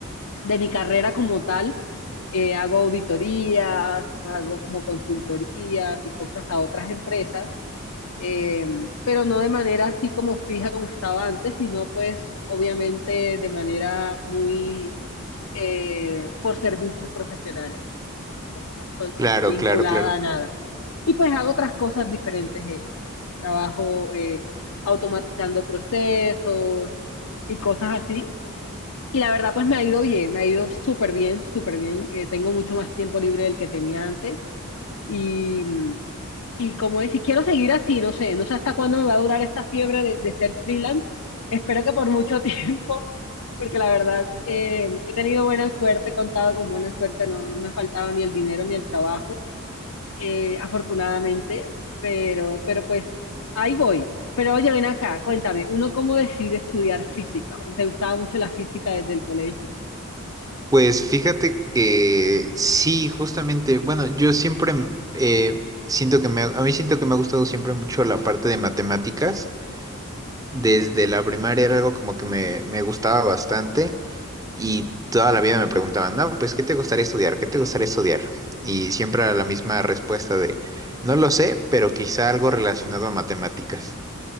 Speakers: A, on the left; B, on the right.
A: de mi carrera como tal eh, hago auditorías, hago como consultorías y cosas a otras empresas, eh, pero no de manera así como fija como estaba antes, sino pues obviamente de manera muy eh, por servicios profesionales. No, no estoy como
B: Claro,
A: vinculada
B: claro, claro.
A: a nada. Y pues hago otras cosas diferentes. eh, Trabajo eh, automatizando procesos y cosas así. Y la verdad, pues me ha ido bien, me ha ido súper bien, súper bien. Eh, tengo mucho más tiempo libre del que tenía antes. Y, mm, y como decir, quiero seguir así, no sé, no sé hasta cuándo me va a durar esta fiebre de, de ser freelance. Espero que por mucho <laughs> tiempo, porque la verdad, eh, he tenido buena suerte, he contado con buena suerte, no, no me ha faltado ni el dinero ni el trabajo, eh, afortunadamente, pero, pero pues ahí voy. Pero oye, ven acá, cuéntame, ¿uno cómo decide estudiar física? ¿Te gustaba mucho la física desde el colegio?
B: Pues fíjate que sí, justamente, bueno, yo siempre eh, siento que me, ha- a mí siento que me ha gustado siempre mucho la parte de matemáticas. Desde la primaria era algo como que me, me gustaba bastante y toda la vida me preguntaban, no, pues, ¿qué te gustaría estudiar? ¿Qué te gustaría estudiar? Y siempre era la misma respuesta de, no lo sé, pero quizá algo relacionado a matemáticas.